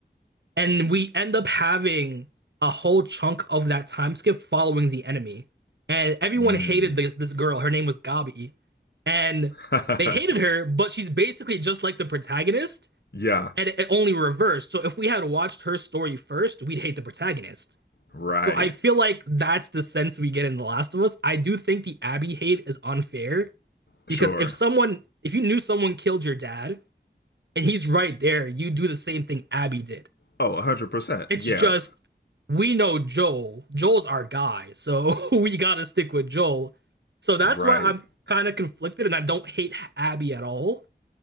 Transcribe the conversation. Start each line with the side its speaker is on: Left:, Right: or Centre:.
Right: and we end up having a whole chunk of that time skip following the enemy. And everyone
Left: Mm.
Right: hated this this girl. Her name was Gabi, and
Left: <laughs>
Right: they hated her, but she's basically just like the protagonist
Left: yeah.
Right: and it only reversed. So if we had watched her story first, we'd hate the protagonist.
Left: Right.
Right: So I feel like that's the sense we get in The Last of Us. I do think the Abby hate is unfair
Left: Sure.
Right: because if someone, if you knew someone killed your dad and he's right there, you do the same thing Abby did.
Left: Oh, 100%.
Right: It's
Left: Yeah.
Right: just we know Joel. Joel's our guy, so <laughs> we gotta stick with Joel. So that's
Left: Right.
Right: why I'm kind of conflicted, and I don't hate Abby at all.